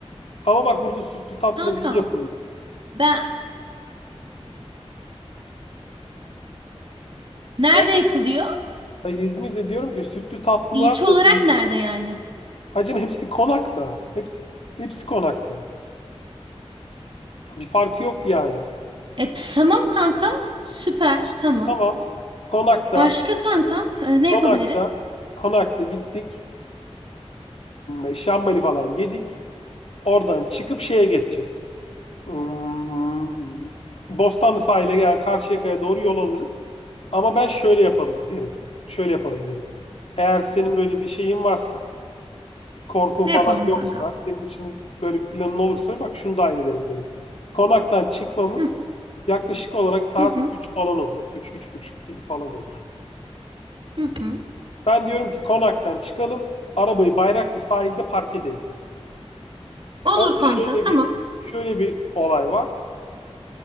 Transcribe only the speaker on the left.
Ama bak burada sütlü tatlılar
iyi yapılıyor.
Sen,
hayır İzmir'de diyorum ki sütlü tatlılar
da iyi.
Hacım hepsi konakta. Hep, hepsi konakta. Bir farkı yok yani.
Tamam. Konakta,
konakta,
konakta gittik. Ee, Şambali falan yedik. Oradan çıkıp şeye geçeceğiz. Hmm, Bostanlı sahile yani Karşıyaka'ya doğru yol alırız. Ama ben şöyle yapalım derim. Şöyle yapalım derim. Eğer senin böyle bir şeyin varsa korku
falan
yoksa,
senin için böyle bir planın olursa bak şunu dahil ederim derim. Konaktan çıkmamız
yaklaşık olarak saat
3 falan olur. üç üç buçuk gibi falan olur.
Ben diyorum ki konaktan çıkalım, arabayı Bayraklı sahilde park edelim.
Orada
şöyle
bir şöyle bir olay var.